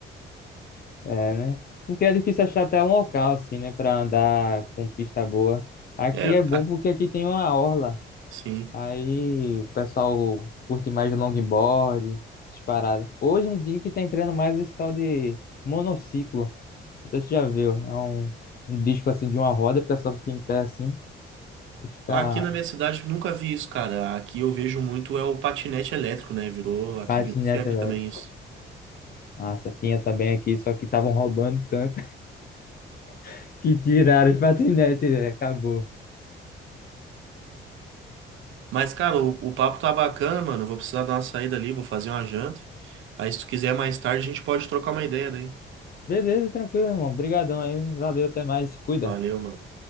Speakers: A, on the left; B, on the right.
A: é, né? Porque é difícil achar até um local, assim, né? Pra andar com pista boa. Aqui
B: É,
A: é bom
B: a-
A: porque aqui tem uma orla.
B: sim.
A: Aí o pessoal curte mais longboard, essas paradas. Hoje em dia que tá entrando mais esse tal de monociclo. Não sei se você já viu. É um, um disco, assim, de uma roda. O pessoal fica em pé, assim, e fica
B: Aqui na minha cidade eu nunca vi isso, cara. Aqui eu vejo muito é o patinete elétrico, né? Virou, aqui
A: Patinete
B: virou febre
A: elétrico.
B: também isso.
A: Nossa, tinha também aqui, só que estavam roubando tanto <laughs> que tiraram os patinetes, velho. Acabou.
B: Mas, cara, o, o papo tá bacana, mano. Eu Vou precisar dar uma saída ali, vou fazer uma janta. Aí, se tu quiser mais tarde, a gente pode trocar uma ideia daí.
A: Beleza, tranquilo, irmão. Obrigadão aí. Valeu, até mais. se Cuida.
B: Valeu, mano.